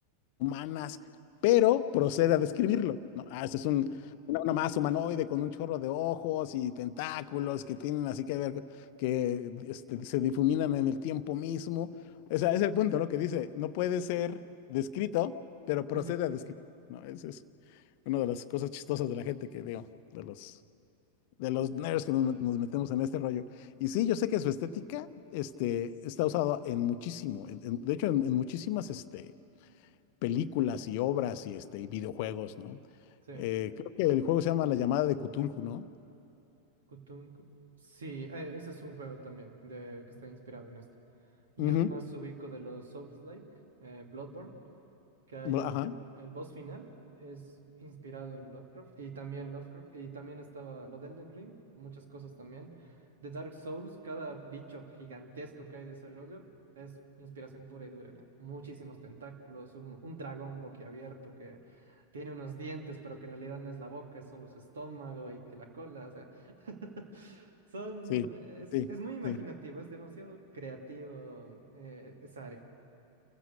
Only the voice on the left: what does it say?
humanas, pero procede a describirlo, ¿no? Ah, este es un, una, una masa humanoide con un chorro de ojos y tentáculos que tienen así que ver, que este, se difuminan en el tiempo mismo. O sea, es el punto, ¿no? Que dice, no puede ser descrito, pero procede
a describir, ¿no? Esa es una de las cosas chistosas de la gente que veo, de los... De los nerds que nos, nos metemos en este rollo. Y sí, yo sé que su estética este, está usada en muchísimo, en- en- de hecho, en, en muchísimas este, películas y obras y, este, y videojuegos, ¿no?
Eh, creo que el juego se llama La llamada de Cthulhu, ¿no?
Ujú,
bu-
Ajá,
sí,
sí,
sí.